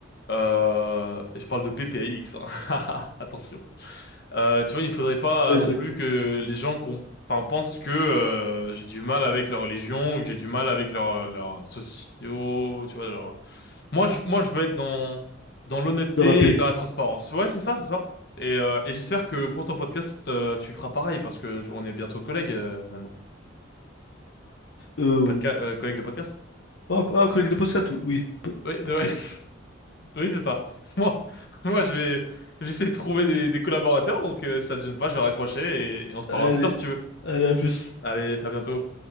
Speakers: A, on the left; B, on the left.
A: Euh, et je parle de PPAX, hein. <laughs> Attention. Euh, tu vois, il ne faudrait pas
B: Vas-y,
A: euh, non
B: avec-
A: plus que les gens qu'on- enfin, pensent que euh, j'ai du mal avec la religion ou que j'ai du mal avec leurs euh, leurs sociaux, tu vois, genre. Moi, je, moi, je veux être dans, dans l'honnêteté
B: dans la paix.
A: et dans la transparence. Ouais, c'est ça, c'est ça. Et, euh, et j'espère que pour ton podcast, euh, tu feras pareil parce que tu vois, on est bientôt collègues euh, maintenant.
B: Euh,
A: Podca- euh, collègues de podcast.
B: ah, p- ah, collègue de podcast, oui. po-
A: Oui, de-
B: Podcast.
A: <laughs> Oui, c'est ça. <laughs> Moi, moi, je vais, je vais essayer de trouver des, des collaborateurs, donc euh, si ça te gêne pas, je vais raccrocher et et on se parlera
B: Allez,
A: plus tard si tu veux.
B: allez, à plus.
A: Allez, à bientôt.